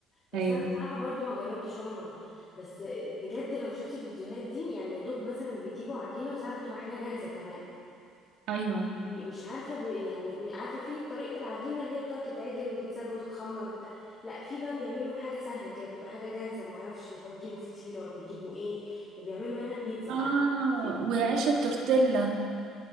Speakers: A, on the left (about 25°); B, on the right (about 60°).
A: بس
B: أيوه
A: أنا بصراحة برضو ما جربتش ولا مرة بس بجد لو شفتي الفيديوهات دي يعني يا دوب مثلا بيجيبوا عجينة وساعات بتبقى حاجة جاهزة كمان
B: أيوه
A: ومش عارفه ب... يعني م- عارفه في طريقه العجينه اللي هي بتقعد تتعجن وتتساب وتتخمر وبتاع لا في بقى بيعملوا حاجه سهله كده بتبقى حاجه جاهزه ما اعرفش بيحط- بيجيبوا فطيره بيجيبوا ايه وبيعملوا منها بيتزا
B: آه
A: عارفه دي
B: وعيش التورتيلا